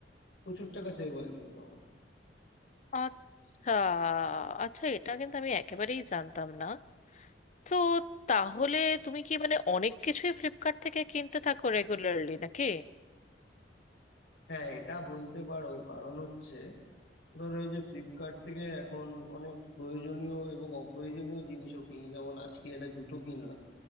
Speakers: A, on the left (about 75°); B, on the left (about 40°).
A: প্রচুর টাকা সেভ হয় কিন্তু আমার
B: আচ্ছা আচ্ছা এটা কিন্তু আমি একেবারেই জানতাম না তো তাহলে তুমি কি মানে অনেক কিছুই ফ্লিপকার্ট থেকে কিনতে থাকো রেগুলারলি নাকি
A: হ্যাঁ এটা বলতে পারো কারণ হচ্ছে ধরো এই যে ফ্লিপকার্ট থেকে এখন অনেক প্রয়োজনীয় এবং অপ্রয়োজনীয় জিনিসও কিনি যেমন আজকে একটা জুতো কিনলাম